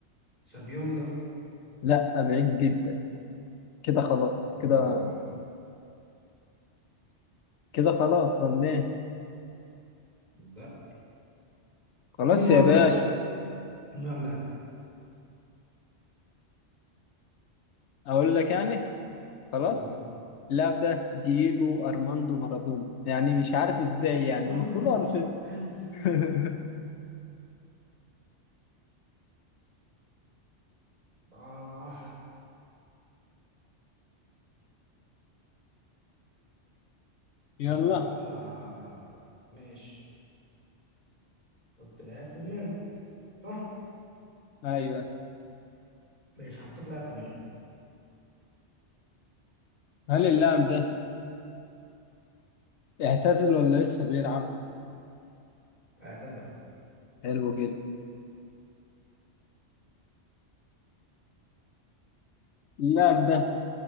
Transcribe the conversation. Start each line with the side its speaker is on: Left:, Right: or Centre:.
Right: سافيولا
Left: لا بعيد جدا كده خلاص
Right: آه
Left: كده كده خلاص ولا ايه؟
Right: لا
Left: خلاص
Right: مين هو
Left: يا
Right: اللاعب؟
Left: باش
Right: مين هو اللاعب؟
Left: اقول لك يعني خلاص
Right: قول
Left: اللاعب ده دييجو ارماندو مارادونا يعني مش عارف ازاي يعني
Right: يا
Left: المفروض
Right: نهار
Left: اعرف إيه.
Right: أزرق
Left: <laughs>
Right: آه
Left: يلا
Right: أنت كده آه، ماشي حط لاعب في دماغي صح؟
Left: ايوه
Right: ماشي حطيت لاعب في دماغي
Left: هل اللاعب ده اعتزل ولا لسه بيلعب؟
Right: اعتزل
Left: حلو جدا اللاعب ده